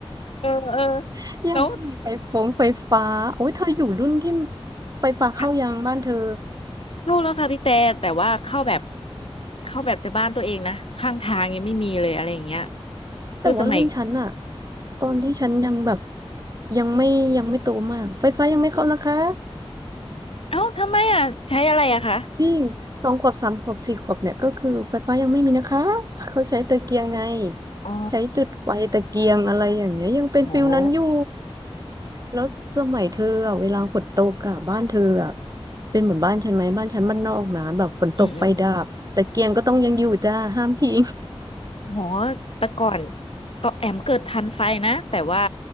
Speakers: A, on the left; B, on the right.
A: เออเออ
B: <laughs> ยังไม่มีไฟฟงไฟฟ้าโอ้ยเธออยู่รุ่นที่
A: แล้ว
B: ไฟฟ้าเข้ายังบ้านเธอ
A: เข้าแล้วค่ะพี่แต่แต่ว่าเข้าแบบเข้าแบบแต่บ้านตัวเองนะข้างทางยังไม่มีเลยอะไรอย่างเงี้ยคือสมัย
B: แต่ว่ารุ่นฉันอะตอนที่ฉันยังแบบยังไม่ยังไม่โตมาก ไฟฟ้ายังไม่เข้านะคะ
A: เอ้าทำไมอ่ะใช้อะไรอะคะ
B: จริงสองขวบสามขวบสี่ขวบเนี่ยก็คือไฟฟ้ายังไม่มีนะคะ เขาใช้ตะเกียงไง
A: อ๋อ
B: ใช้จุดไฟตะเกียงอะไรอย่างเงี้ยยังเป็นฟิลนั้นอยู่
A: โอ้โห
B: แล้วสมัยเธออ่ะเวลาฝนตกอ่ะบ้านเธออ่ะเป็นเหมือนบ้านฉันไหมบ้านฉันบ้านนอกนะแบบฝนตกไฟดับตะเกียงก็ต้องยังอยู่จ้าห้ามทิ้ง
A: อืมอืม โหแต่ก่อนต่อนแอมเกิดทันไฟนะแต่ว่า